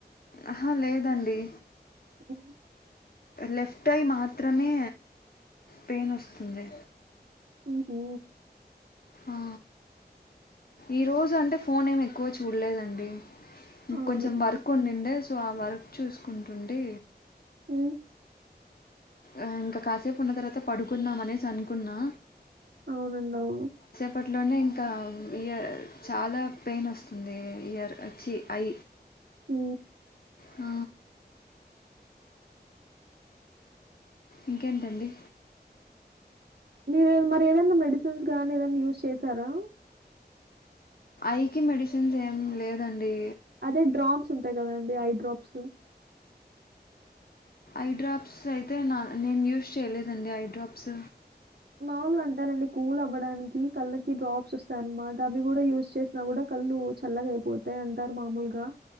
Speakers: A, on the left; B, on the right.
A: ఆహా లేదండి
B: అ <unintelligible>
A: లెఫ్ట్ ఐ మాత్రమే పెయిన్ వస్తుంది
B: ఆహ
A: ఆ ఈ రోజు అంటే ఫోన్ ఏమి ఎక్కువ చూడలేదండి
B: అవునండి
A: కొంచెం వర్క్ ఉండుండే సో ఆ వర్క్ చూసుకుంటుండి
B: అ
A: ఆ ఇంకా కాసేపు ఉన్న తర్వాత పడుకుందాం అనేసి అనుకున్నా
B: అవునండి అవును
A: అప్పట్లోనే ఇంకా ఇయర్ చాలా పెయిన్ వస్తుంది. ఇయర్ వచ్చి ఐ
B: ఉ
A: ఆ ఇంకేంటండి
B: మీరు మరి ఏదైనా మెడిసిన్స్ గానీ ఏదైనా యూజ్ చేసారా
A: ఐకి మెడిసిన్స్ ఏం లేదండి
B: అదే డ్రాప్స్ ఉంటాయి కదండి ఐ డ్రాప్స్
A: ఐడ్రాప్స్ అయితే నా నేను యూస్ చేయలేదండి ఐడ్రాప్స్.
B: మామూలుగా అంటారండి కూల్ అవ్వడానికి కళ్ళకి డ్రాప్స్ వస్తాయ అన్నమాట అవి కూడా యూస్ చేసినా కూడా కళ్ళు చల్లగా అయిపోతాయి అంటారు. మామూలుగా